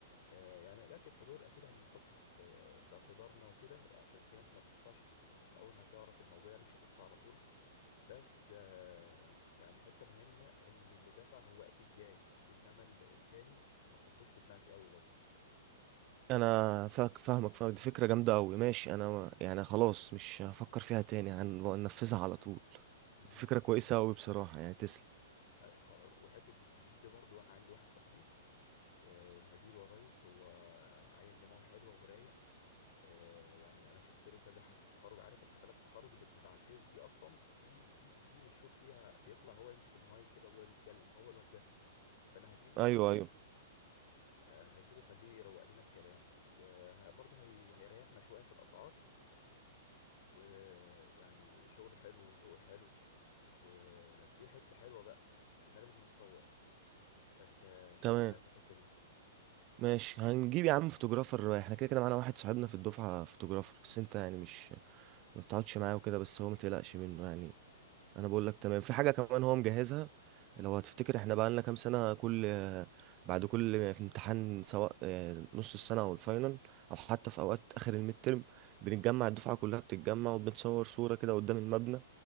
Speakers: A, on the left; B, on the right.
A: آه، يعني اللي اكد حضور اكيد هنحطه في في اعتبارنا وكده عشان في ناس ما بتدفعش في س- اول ما تعرف الموضوع يعني مش هتدفع على طول بس آه، يعني حته مهمه ان اللي دفع هو اكيد جاي انما ال- التاني ما تحطوش في دماغك قوي
B: انا فاك فاهمك فاهمك دي فكره جامده قوي ماشي انا ما- يعني خلاص مش هفكر فيها تاني هنفذها على طول
A: برضه
B: دي فكره كويسه قوي بصراحه يعني تسلم
A: لا، خلاص وحته الجي جي ده برضو انا عندي واحد صاحبي أه هجيبه يا ريس هو عيل دماغه حلوه ورايق أه يعني انا شفت له كذا حفله تخرج عارف الحفلات التخرج اللي بتبقى على الفيس دي اصلا في في دي جي مشهور فيها بيطلع هو يمسك المايك كده ويقعد يتكلم هو الواد ده فانا هجيبه
B: ايوه ايوه
A: وهجيبه خليه يروق لنا الكلام وبرضه هي... هيريحنا شويه في الاسعار ويعني شغله حلو وذوقه حلو وفي حته حلوه بقى احنا لازم نتصور فانت شوف
B: تمام
A: لنا انت الحتة دي
B: ماشي هنجيب يا عم فوتوغرافر احنا كده كده معانا واحد صاحبنا في الدفعه فوتوغرافر بس انت يعني مش ما بتقعدش معاه وكده بس هو ما تقلقش منه يعني انا بقول لك تمام في حاجه كمان هو مجهزها
A: ايه
B: لو هتفتكر احنا بقى لنا كام سنه كل بعد كل امتحان سواء آه، نص السنه او الفاينل او حتى في اوقات اخر الميد ترم بنتجمع الدفعه كلها بتتجمع وبنتصور صوره كده قدام المبنى